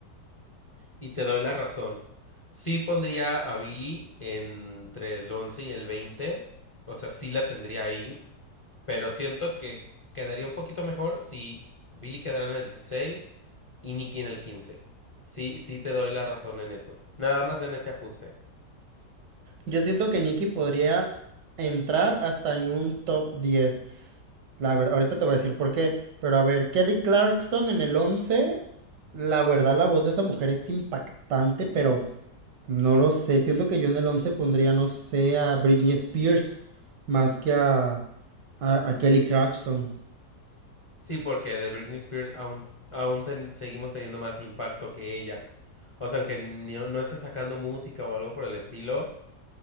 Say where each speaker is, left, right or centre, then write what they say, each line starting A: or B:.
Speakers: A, on the left; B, on the right.
A: Y te doy la razón. Sí pondría a Billy entre el 11 y el veinte O sea, sí la tendría ahí. Pero siento que quedaría un poquito mejor si Billy quedara en el 16 y Nicky en el quince Sí, sí te doy la razón en eso. Nada más en ese ajuste.
B: Yo siento que Nicki podría entrar hasta en un top 10. La verdad, ahorita te voy a decir por qué, pero a ver, Kelly Clarkson en el once la verdad la voz de esa mujer es impactante, pero no lo sé, siento que yo en el 11 pondría, no sé, a Britney Spears más que a, a, a Kelly Clarkson.
A: Sí, porque de Britney Spears aún, aún ten- seguimos teniendo más impacto que ella. O sea, aunque ni- no esté sacando música o algo por el estilo,